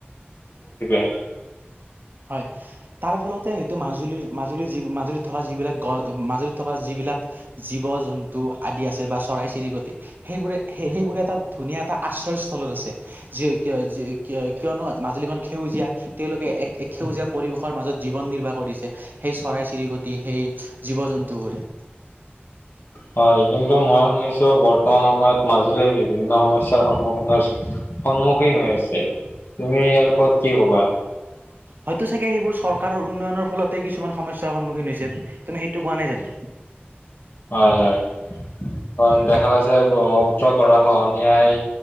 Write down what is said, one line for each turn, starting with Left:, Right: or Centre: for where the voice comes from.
Left: <unintelligible>
Right: হয়! তাৰ ফলতে হয়তো মাজুলীৰ মাজুলীৰ যি মাজুলী। থকা যিবিলাক গ মাজুলীত থকা যিবিলাক জীৱ জন্তু আদি আছে বা‌। চৰাই চিৰিকটি সেইবোৰে সে সেইবোৰে এটা ধুনীয়া এটা আশ্ৰয়স্থলত আছে যি কি হয়! কি কিয় কিয়নো মাজুলীখন সেউজীয়া তেওঁলোকে এক। এক সেউজীয়া পৰিৱেশৰ মাজত জীৱন নিৰ্বাহ কৰিছে সেই চৰাই চিৰিকটি সেই জীৱ জন্তুবোৰে।
Left: হয়! কিন্তু মই শুনিছো বৰ্তমান সময়ত মাজুলী বি। ভিন্ন সমস্যাৰ সন্মুখীনৰ সন্মুখীন হৈ আছে! তুমি ইয়াৰ ওপৰত কি কবা? <unintelligible>
Right: হয়তো চাগে সেইবোৰ চৰকাৰৰ উন্নয়নৰ ফলতে কিছুমান সমস্যাৰ সন্মুখীন হৈছে তুমি সেইটো কোৱা নাই জানো।
Left: হয়‌‌ হয়। হয় দেখা
Right: উম
Left: পাই চাই ‌ ব্ৰহ্মপুত্ৰ গৰাখহনীয়াই।